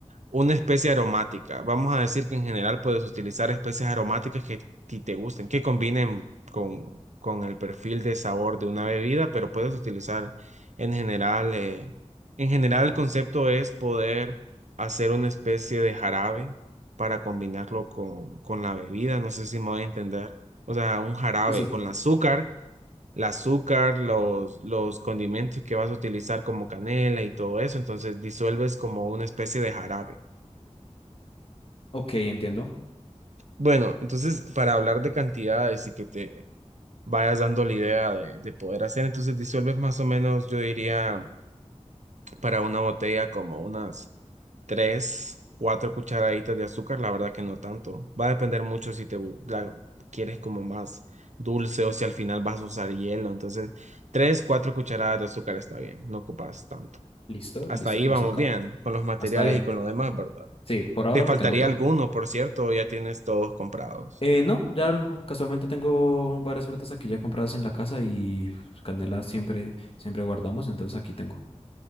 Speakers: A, on the right (about 75°); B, on the left (about 50°).
A: una especie aromática. Vamos a decir que en general puedes utilizar especies aromáticas que a ti te gusten, que combinen con, con el perfil de sabor de una bebida, pero puedes utilizar en general, eh, en general el concepto es poder hacer una especie de jarabe para combinarlo con, con la bebida. No sé si me voy a entender. O sea, un jarabe
B: Sí, sí.
A: con el azúcar. El azúcar, los, los condimentos que vas a utilizar como canela y todo eso, entonces disuelves como una especie de jarabe.
B: Ok, entiendo.
A: Bueno, entonces para hablar de cantidades y que te vayas dando la idea de, de poder hacer, entonces disuelves más o menos, yo diría, para una botella como unas tres, cuatro cucharaditas de azúcar, la verdad que no tanto. Va a depender mucho si te bu- la quieres como más dulce o si al final vas a usar hielo. Entonces, tres, cuatro cucharadas de azúcar está bien, no ocupas tanto.
B: Listo,
A: Hasta
B: listo,
A: ahí
B: el
A: vamos
B: azúcar.
A: bien, con los materiales
B: Hasta ahí.
A: y con lo demás, ¿verdad?
B: Sí, por ahora
A: ¿Te
B: lo
A: faltaría
B: tengo todo.
A: alguno, por cierto, o ya tienes todos comprados?
B: Eh, no, ya l- casualmente tengo varias frutas aquí ya compradas en la casa y canela siempre, siempre guardamos, entonces aquí tengo.